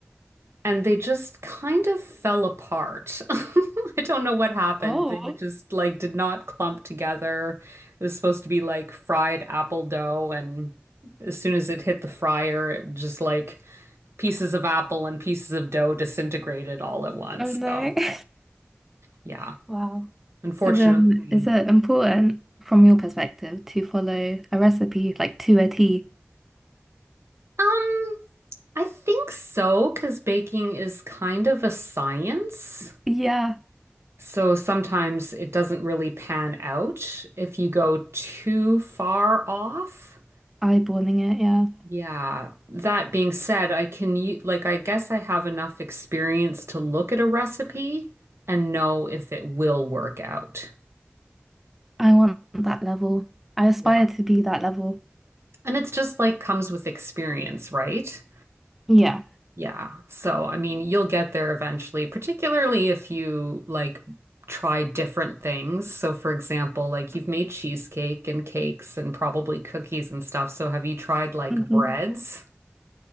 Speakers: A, on the right (about 75°); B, in the centre.
A: and they just kind of fell apart. <laughs> I don't know what happened.
B: Oh,
A: They were just like did not clump together. It was supposed to be like fried apple dough, and as soon as it hit the fryer, it just like pieces of apple and pieces of dough disintegrated all at once.
B: oh no.
A: So,
B: <laughs>
A: yeah,
B: Wow.
A: unfortunately.
B: So then, is it important from your perspective to follow a recipe like to a T?
A: Um, I think so, because baking is kind of a science.
B: Yeah,
A: So sometimes it doesn't really pan out if you go too far off.
B: eyeballing it. Yeah,
A: Yeah. That being said, I can u- like I guess I have enough experience to look at a recipe and know if it will work out.
B: I want that level. I aspire
A: Yeah.
B: to be that level.
A: And it's just like comes with experience, right?
B: Yeah.
A: Yeah. So, I mean, you'll get there eventually, particularly if you like try different things. So, for example, like you've made cheesecake and cakes and probably cookies and stuff. So, have you tried like
B: hmm
A: breads?